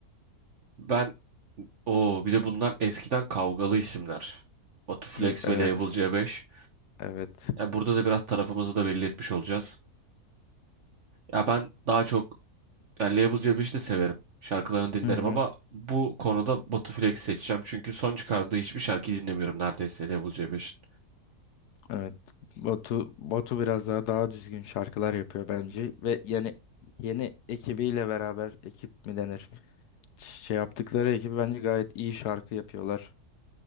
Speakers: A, on the right; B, on the left.
A: Ben o bir de bunlar eskiden kavgalı isimler. Batuflex
B: Hı, evet.
A: ve Label C5.
B: Evet.
A: Ya burada da biraz tarafımızı da belli etmiş olacağız. Ya ben daha çok ya Label C5'i de severim. Şarkılarını dinlerim
B: Hı hı.
A: ama bu konuda Batuflex seçeceğim. Çünkü son çıkardığı hiçbir şarkıyı dinlemiyorum neredeyse Label C5'in.
B: Evet. Batu Batu biraz daha daha düzgün şarkılar yapıyor bence ve yani yeni ekibiyle beraber ekip mi denir? Şey yaptıkları ekibi bence gayet iyi şarkı yapıyorlar.